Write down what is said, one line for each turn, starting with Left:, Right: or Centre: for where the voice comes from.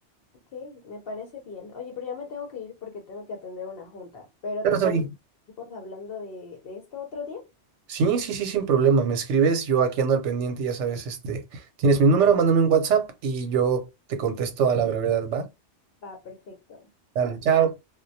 Left: Ok, me parece bien. Oye, pero ya me tengo que ir porque tengo que atender una junta. ¿Pero
Right: Pero
Left: te
Right: sí,
Left: parece que estamos hablando de, de esto otro día?
Right: Sí, sí, sí, sin problema. Me escribes, yo aquí ando al pendiente, ya sabes, este, tienes mi número, mándame un WhatsApp y yo te contesto a la brevedad, ¿va?
Left: Va, perfecto.
Right: Dale, chao.